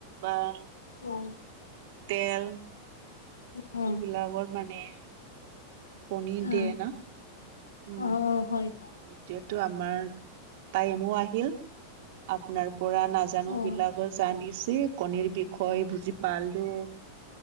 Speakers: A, on the right; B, on the left.
A: বা
B: অ',
A: তেল
B: অ'
A: এইবিলাকত মানে কণী
B: আহ
A: দিয়ে ন? উম,
B: অ' অ' হয় হয়
A: এতিয়াতো আমাৰ টাইমো আহিল আপোনাৰ পৰা নজনাবিলাক
B: অ'
A: জানিছো, কণীৰ বিষয়ে বুজি পালো